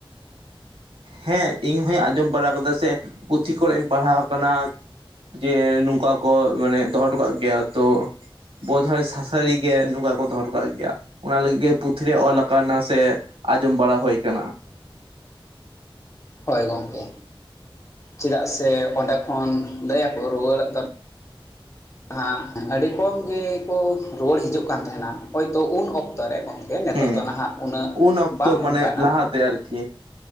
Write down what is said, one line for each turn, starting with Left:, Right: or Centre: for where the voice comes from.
Right: ᱦᱮᱸ ᱤᱧ ᱦᱚᱧ ᱟᱸᱡᱚᱢ ᱵᱟᱲᱟ ᱠᱟᱫᱟ ᱥᱮ ᱯᱩᱛᱷᱤ ᱠᱚᱨᱮᱜ ᱤᱧ ᱯᱟᱲᱦᱟᱣ ᱟᱠᱟᱱᱟ ᱡᱮ ᱱᱚᱝᱠᱟ ᱠᱚ ᱢᱟᱱᱮ ᱫᱚᱦᱚ ᱦᱚᱴᱚ ᱠᱟᱜ ᱜᱮᱭᱟ ᱛᱚ ᱵᱚᱫᱷᱚᱦᱚᱭ ᱥᱟᱹᱨᱤ ᱜᱮ ᱱᱚᱝᱠᱟ ᱠᱚ ᱫᱚᱦᱚ ᱴᱚᱠᱟᱜ ᱜᱮᱭᱟ ᱚᱱᱟ ᱞᱟᱹᱜᱤᱫ ᱜᱮ ᱯᱩᱛᱷᱤ ᱨᱮ ᱚᱞ ᱟᱠᱟᱱᱟ ᱥᱮ ᱟᱸᱡᱚᱢ ᱵᱟᱲᱟ ᱦᱳᱭ ᱠᱟᱱᱟ
Left: ᱦᱳᱭ ᱜᱚᱝᱠᱮ ᱪᱮᱫᱟᱜ ᱥᱮ ᱚᱸᱰᱮ ᱠᱷᱚᱱ ᱞᱟᱹᱭᱟᱠᱚ ᱨᱩᱣᱟᱹᱲ ᱠᱟ ᱡᱟᱦᱟᱸ ᱟᱹᱰᱤ ᱠᱚᱢ ᱜᱮᱠᱚ ᱨᱩᱣᱟᱹᱲ ᱦᱤᱡᱩᱜ ᱠᱟᱱ ᱛᱟᱦᱮᱱᱟ ᱦᱚᱭᱛᱚ ᱩᱱ ᱚᱠᱛᱚ ᱨᱮ ᱜᱚᱝᱠᱮ ᱱᱤᱛᱚᱜ
Right: ᱦᱩᱸ
Left: ᱫᱚ ᱱᱟᱦᱟᱜ ᱩᱱᱟᱹᱜ
Right: ᱩᱱ ᱚᱠᱛᱚ
Left: ᱵᱟᱝ
Right: ᱢᱟᱱᱮ
Left: ᱚᱱᱠᱟᱱᱟ
Right: ᱞᱟᱦᱟᱛᱮ ᱟᱨᱠᱤ